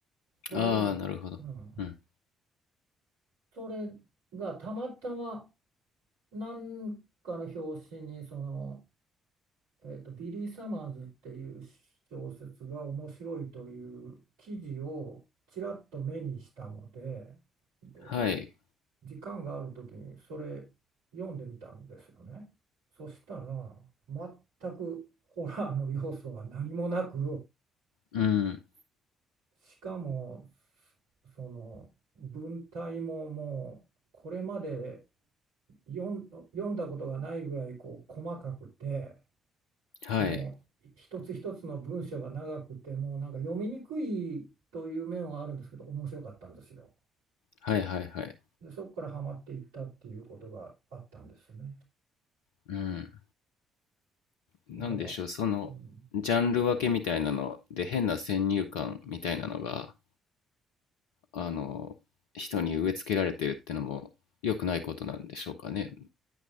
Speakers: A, on the right; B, on the left.
A: それを、
B: ああ、なるほど。
A: うん、
B: うん。
A: それがたまたま何かの表紙にその、えーと、ビリー・サマーズっていう小説が面白いという記事をちらっと目にしたので、で
B: はい。
A: 時間がある時にそれ読んでみたんですよね。そしたら全くホラーの要素は何もなく
B: うん。
A: しかもその文体ももうこれまで読ん、読んだことがないぐらいこう細かくて
B: はい。
A: もう一つ一つの文章が長くてもうなんか読みにくいという面はあるんですけど面白かったんですよ。
B: はいはいはい。
A: でそこからハマっていったっていうことがあったんですね。
B: うん。なんでしょう、
A: だから、
B: その、
A: うん、
B: ジャンル分けみたいなので、変な先入観みたいなのが、あの、人に植え付けられてるってのも良くないことなんでしょうかね。